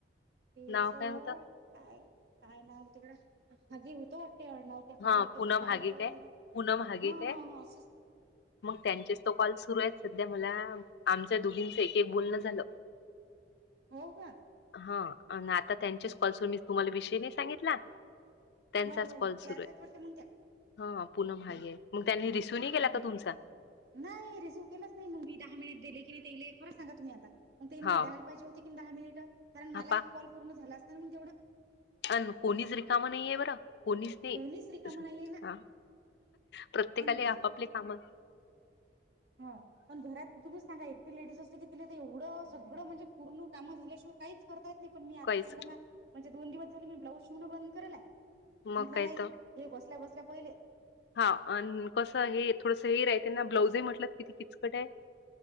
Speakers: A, on the right (about 65°); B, on the left (about 65°).
A: तच
B: नाव काय होतं?
A: का काय नाव होतडंग ते अडणवते ह
B: हा
A: होत
B: पूनम
A: ते काय
B: हागे
A: होतं
B: पूनम हागे
A: हा
B: काय?
A: हा असं
B: मग त्यांचेच तो कॉल सुरू आहेत सध्या मला आम दोघींच एक एक बोलण झालं
A: हो का
B: हा अन् आता त्यांच्याच कॉल्स व मी तुम्हाला विषय नाही सांगितला त्यांचाच
A: हो हो
B: कॉल्स
A: हो त्याच वाटत मंग त्या
B: ह पुन्हा मागे मग त्यांनी नाही केला
A: हम
B: का तुमचा
A: नाही रिसिव केलाच नाही मग मी दहा मिनिट दिले की नाही ते येले खरं सांगा तुम्ही आता मग तने मला
B: हा
A: द्यायला पाहिजे होते की दहा मिनिट कारण
B: हा
A: मला एक कॉल पूर्ण झाला असता मग तेवढं
B: अ कोणीच रिकामा नाहीये बरं कोणीच नाही
A: कोणीच रिकामा नाहीये ना
B: ह प्रत्येकाला
A: आणि
B: आपापले काम
A: हा पण घरात तु सांगाे लेडीज असं कि तिला तर एवढं सगळं म्हणजे पूर्ण काम झाल्या शिवाय काहीच करतय नाही पण मी आता
B: काहीच
A: सगळं म्हणजे दोन दिवस झाले मी ब्लाऊज शिवण बंद करेलाय म्हंटलं
B: मग काय
A: नाही
B: तर
A: हे बसल्या बसल्या पहिले
B: हा अ कसं हे थोडसं हेर आहे त्यांना ब्लाऊजही म्हटलं किती किचकट आहे